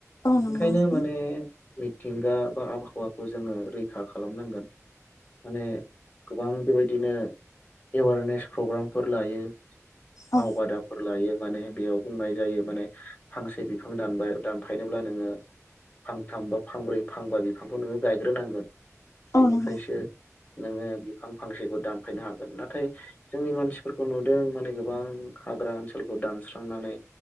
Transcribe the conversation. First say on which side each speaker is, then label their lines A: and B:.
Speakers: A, on the left; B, on the left.
A: औ नंगौ
B: ओंखायनो
A: नोंथां
B: माने मि- थिंगा बा आबहावाखौ जोङो रैखा खालामनांगोन। माने गोबां बेबायदिनो एवारनेस प्रग्रामफोर लायो।
A: औ
B: मावबादाफोर लायो माने बेयाव बुंनाय जायो माने फांसे बिफां दानबाय दानफायनोब्ला नोङो फांथाम बा फांब्रै फांबा बिफांखौ नोङो गायग्रोनांगोन बेनिफ्रायसो
A: औ नंगौ
B: नोङो बिफां फांसेखौ दानफायनो हागोन नाथाय जोंनि मानसिफोरखौ नुदों माने गोबां हाग्रा ओनसोलखौ दानस्रांनानै